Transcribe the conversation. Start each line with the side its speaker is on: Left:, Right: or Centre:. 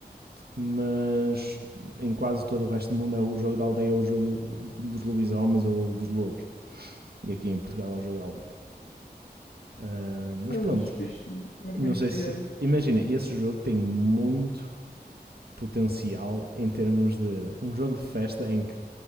Right: mas em quase todo o resto do mundo é o jogo da aldeia ou o jogo dos lobisomens ou dos lobos. E aqui em Portugal é o jogo da aldeia. Ah, mas
Left: É,
Right: pronto,
Left: mas fixe, não conhecia.
Right: não sei se. Imagina, esse jogo tem muito potencial em termos de um jogo de festa em que